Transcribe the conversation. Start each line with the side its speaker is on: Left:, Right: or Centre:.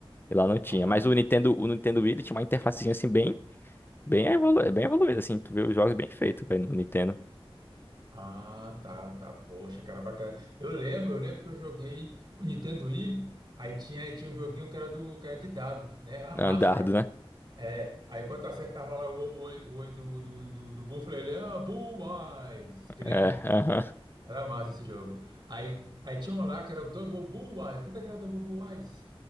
Left: E lá não tinha.
Right: Ah,
Left: Mas o Nintendo, o Nintendo Wii, ele tinha uma interfacezinha assim bem Bem, evolu bem evoluído, assim, tu vê os jogos bem feitos, velho, no Nintendo.
Right: ah, tá, tá. Poxa, cara, bacana. Eu lembro, eu lembro que eu joguei o Nintendo Wii, aí tinha, tinha um joguinho que era do, que era de dado, né? Era
Left: Andardo,
Right: massa, cara.
Left: né?
Right: É, aí quando tu acertava lá o o- o olho o olho do, do, do, do Buffalo, ele, ah, Bullseye! Te lembra?
Left: É, aham.
Right: Era massa esse jogo. Aí, aí tinha um lá que era o Double Bullseye. Quanto é que era o Double Bullseye?